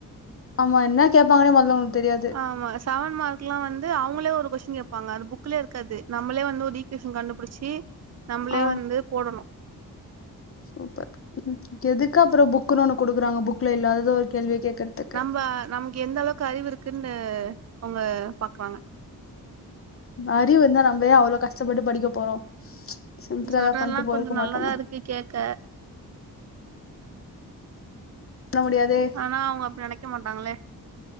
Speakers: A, on the left; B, on the right.
A: ஆமா என்ன கேடப்பாங்கன்னே மொதல்ல உங்களுக்கு தெரியாது
B: ஆமா செவன் மார்க் எல்லா வந்து அவங்களே ஒரு கொஸ்டின் கேப்பாங்க அது புக்லே இருக்காது நம்ளே வந்தோதி டியூஷன் கண்டுபுடிச்சி நம்மளே
A: ஆ
B: வந்து போடனு
A: சூப்பர் ம் எதுக் அப்பறோ புக்குன் ஒண்ணு குடுக்குறாங்க புக்ல இல்லாததோர் கேள்விய கேக்கற்துக்கு
B: வா நமுக் எந்த அளவுக்கு அறிவு இருக்குன்னு அவுங்க பாக்குறாங்க
A: அறிவு இருந்தா நம்ப ஏ அவ்ளோ கஷ்டப்பட்டு படிக்க போறோ சிம்பிளா
B: நீ சொல்றதெல்லா
A: எதா பண்ட்டு போயிருக்க
B: கொஞ்ச நல்லதா
A: மாட்டோமா
B: இருக்கு கேக்க
A: பண்ண முடியாதே
B: ஆனா அவுங்க அப்டி நெனைக்க மாட்டாங்களே